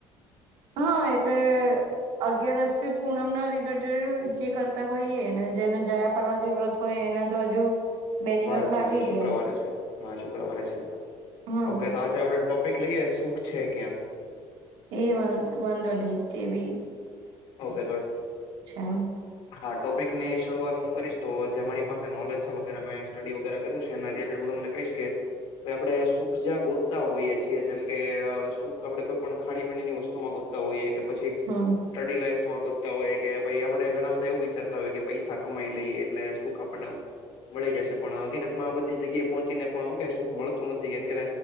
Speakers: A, on the right (about 80°); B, on the left (about 70°).
A: હહ એટલે અગિયારસથી પૂનમના રિલેટેડ જે કરતા હોઈએ એ ને જેને જયાપાર્વતી વ્રત હોય એના તો હજુ બે દિવસ
B: વાર છે
A: બાકી
B: એમને શુક્રવારે
A: રહ્યા
B: છે હા શુક્રવારે છે એમને.
A: હા
B: ઓકે તો આજે આપડે ટોપિક લઈએ સુખ છે ક્યાં.
A: એ વાન વાંધો નહી તે ભી.
B: ઓકે તો
A: એમ
B: હા ટોપિકની શરૂઆત હું કરીશ. તો જે મારી પાસે નોલેજ છે વગેરા મે સ્ટડી વગેરા કર્યું છે એના રિલેટેડ હું તમને કહીશ કે કે આપણે સુખ જ્યાં ગોતતા હોઈએ છીએ જેમ કે સુખ આપડે કોઈ પણ ખાણી પીણીની વસ્તુમાં ગોત તા હોઈએ કે પછી
A: હમ
B: સ્ટડી લાઈફ માં ગોતતા હોઈએ કે ભાઈ આપડે ઘણા બધા એવું વિચારતા હોય કે પૈસા કમાઈ લઈએ એટલે સુખ આપડને આમ મળી જશે. પણ હકીકતમાં આ બધી જગ્યાએ પહોંચીને પણ હું કેવાય સુખ મળતું નથી કેમ કે